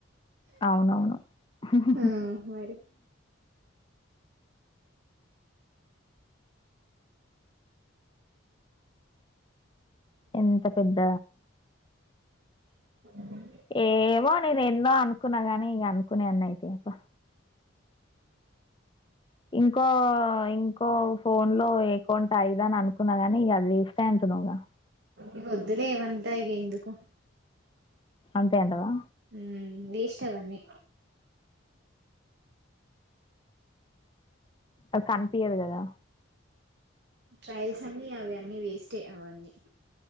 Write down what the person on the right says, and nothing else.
ఆ మరి
అ
ఇవి వద్దులే ఏవంతా ఇగ ఇందుకు
ఉ వేస్ట్ అవ అని
ట్రయల్స్ అన్ని అవి అన్నీ వేస్ట్ ఏ అవన్నీ